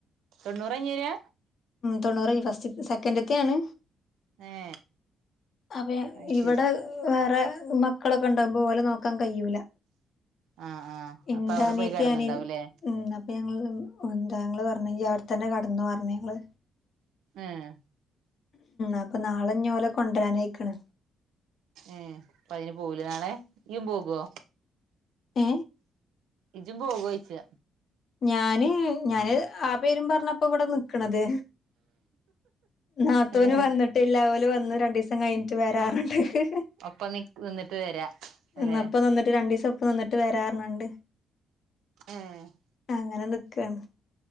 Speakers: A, on the right; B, on the left.
A: തൊണ്ണൂറ് കഴിഞ്ഞ് വേരാ
B: തൊണ്ണൂറ് കഴി ഫസ്റ്റ് സെക്കൻറ്റിത്തെയാണ്
A: ഏ
B: അപ്പ
A: അത്
B: ഇവിടെ
A: ശരി
B: വേറെ മക്കളൊക്കെ ഉണ്ടകുമ്പോ ഓളെ നോക്കാൻ കഴിയുല
A: ആ ആ
B: എൻ്റെ
A: അപ്പൊ അവിടെ
B: അനിയത്തി
A: പോയി കിടന്നുണ്ടാവൂല്ലേ
B: അനിയനും ഉം അപ്പൊ ഞങ്ങള് <unintelligible> എന്താ ഞങ്ങൾ പറഞ്ഞ് യി അവിടെത്തന്നെ കെടന്നോ പറഞ്ഞു ങ്ങങ്ങള്
A: ഏഹേ
B: അപ്പൊ നാളെഞ്ഞോലെ കൊണ്ടുവരാനായിക്കണ്
A: എ അപ്പ അതിന് പോകും ലെ നാളെ ഈയും പോകുവോ
B: ഏ
A: ഇജും പോകോഴിച്ച
B: ഞാന് ഞാന് ആ പേരും പറഞ്ഞാ ഇപ്പോ ഇവിടെ നിക്കണത് നാത്തൂന്
A: ഏ
B: വന്നിട്ടില്ല ഓല് വന്നു രണ്ടു ദിവസം കഴിഞ്ഞിട്ട് വരാന്ന് പറഞ്ഞിട്ട്
A: ഒപ്പം നിക്കും നിന്നിട്ട് വരാ അല്ലെ
B: എന്നപ്പ നന്നിട്ട് രണ്ടു ദിവസം ഒപ്പ നന്നിട്ട് വരാഞ്ഞട്ട്
A: ആ <unintelligible>
B: അങ്ങനെ നിക്കാണ്